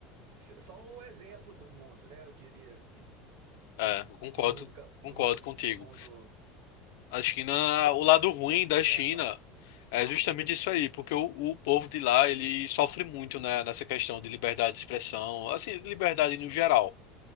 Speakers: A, on the right; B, on the left.
A: são o exemplo do mundo, né? Eu diria assim,
B: é, eu concordo,
A: do mundo,
B: concordo
A: do mundo,
B: contigo.
A: do mundo
B: A China,
A: Ocid-
B: o lado ruim
A: Ocidental.
B: da China é justamente isso aí, porque o, o povo de lá, ele sofre muito, né, nessa questão de liberdade de expressão, assim, de liberdade no geral.